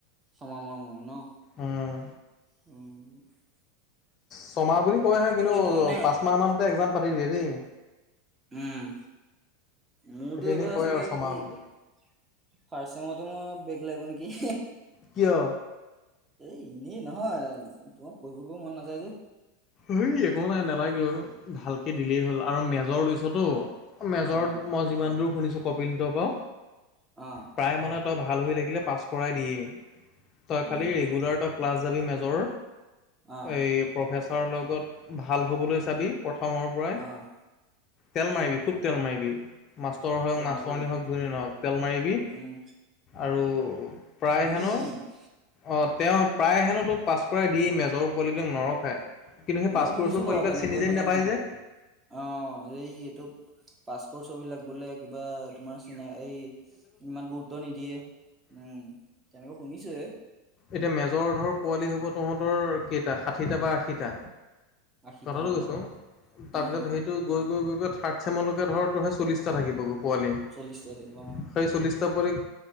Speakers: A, on the right; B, on the left.
A: চমা মোৰে-মোৰে ন।
B: উম।
A: অ'
B: ছমাহ বুলি কয়হে কিন্তু
A: এইটো মানে
B: পাঁচমাহ মানতে এক্জাম পাতি দিয়ে দেই।
A: উম' মোৰতো
B: সেইটো এনেই
A: এইবাৰ
B: কয়
A: চাগে
B: আৰু ছমাহ
A: কি
B: বুলি।
A: ফাৰ্ষ্ট চেমটো মই লব নেকি,
B: কিয়?
A: এ এনেই নহয় তোমাক পঢ়িব মন নাযায় যে।
B: হেই একো নাই, নালাগেও ভালকে দিলেই হ'ল আৰু মেজৰ লৈছ তো। মেজৰত
A: অ',
B: মই যিমান দূৰ শুনিছোঁ কপিলতৰ পৰাও
A: অ',
B: প্ৰায় মানে। তই ভাল হৈ থাকিলে পাছ কৰাই দিয়ে তই
A: উম,
B: খালি ৰেগুলাৰ তই ক্লাছ যাবি মেজৰ।
A: অ',
B: এই প্ৰফেচৰৰ লগত ভাল হ'বলৈ চাবি। প্ৰথমৰ পৰাই
A: অ',
B: তেল মাৰিবি খুব তেল মাৰিবি। মাষ্টৰ হক
A: তেল
B: মাছৰনী
A: মাৰিব লাগিব।
B: হওক য নহওক তেল মাৰিবি
A: উম,
B: আৰু প্ৰায় হেনো
A: কি?
B: অ' তেওঁ প্ৰায় হেনো তোক পাছ কৰাই দি মেজৰ পোৱালিবিলাক নৰখায়। কিন্তু সেই
A: ময়ো
B: পাছপৰ্টৰ
A: শুনিছো বাৰু
B: পোৱালিকেটাক
A: তেনেকৈ
B: চিনি জানি
A: মানে
B: নাপায় যে,
A: অ' এই এইটো পাছৰ্ট ছবিলাক বোলে কিবা তোমাৰ, নিনা এই ইমান গুৰুত্ব নিদিয়ে উম, তেনেকুৱা শুনিছো এ,
B: এতিয়া মেজৰৰ্ধৰ পোৱালি হ'ব তহঁতৰ কেইটা ষাঠিটা বা আশীটা।
A: আশীটা
B: কঠাটো
A: অ',
B: কৈছোঁ
A: উম,
B: তাৰপিছত সেইটো গৈ। গৈ-গৈ থাৰ্ড চেম লৈকে চল্লিটা থাকিব গৈ পোৱালি,
A: চল্লিশটা থাকিব অ',
B: সেই চল্লিটা পোৱালিক